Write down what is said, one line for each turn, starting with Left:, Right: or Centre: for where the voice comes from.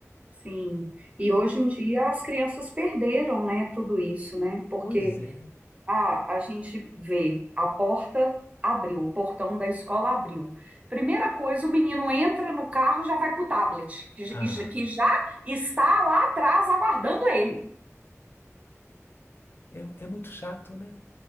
Right: sim. E
Left: E eu,
Right: hoje em dia as crianças perderam, né, tudo isso, né? Porque
Left: pois é,
Right: a, a gente vê a porta abriu, o portão da escola abriu. Primeira coisa, o menino entra no carro, já vai pro tablet, que, j-
Left: ah,
Right: que já está lá atrás aguardando ele.
Left: é, é muito chato, né?